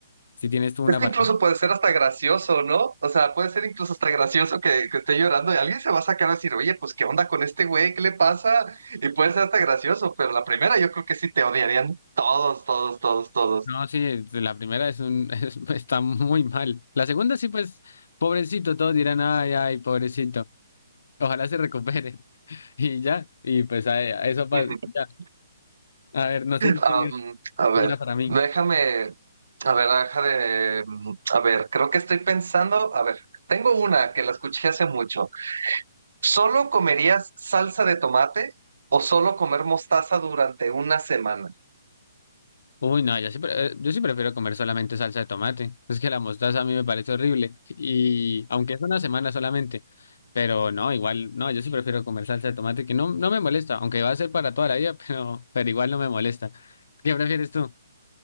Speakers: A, on the left (about 50°); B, on the right (about 60°).
A: si tienes tú una
B: Es que
A: para
B: incluso
A: mí.
B: puede ser hasta gracioso, ¿no? O sea, puede ser incluso hasta gracioso que, que esté llorando y alguien se va a sacar a decir, oye, pues, ¿qué onda con este güey? ¿Qué le pasa? Y puede ser hasta gracioso, pero la primera yo creo que sí te odiarían todos, todos, todos, todos.
A: No, sí, la primera es un, <laughs> es- está muy mal. La segunda sí, pues, pobrecito, todos dirán, ay, ay, pobrecito. Ojalá se recupere. <laughs> Y ya, y pues a, a eso pasa.
B: <laughs>
A: Ya. A ver, no sé si tengas
B: Am, a ver,
A: una para mí.
B: déjame, a ver, deja de, a ver, creo que estoy pensando, a ver, tengo una que la escuché hace mucho. ¿Solo comerías salsa de tomate o solo comer mostaza durante una semana?
A: Uy, no, yo sí, pre- eh, yo sí prefiero comer solamente salsa de tomate. Es que la mostaza a mí me parece horrible. Y aunque es una semana solamente, pero no, igual, no, yo sí prefiero comer salsa de tomate que no, no me molesta, aunque va a ser para toda la vida, <laughs> pero, pero igual no me molesta. ¿Qué prefieres tú?